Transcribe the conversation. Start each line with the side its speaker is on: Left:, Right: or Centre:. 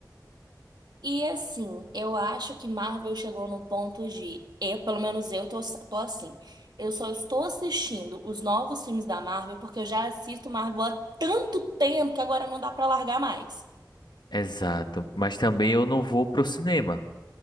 Right: e assim, eu acho que Marvel chegou num ponto de. Eu, pelo menos eu tô, tô assim. Eu só estou assistindo os novos filmes da Marvel porque eu já assisto Marvel há tanto tempo que agora não dá pra largar mais.
Left: Exato, mas também eu não vou pro cinema.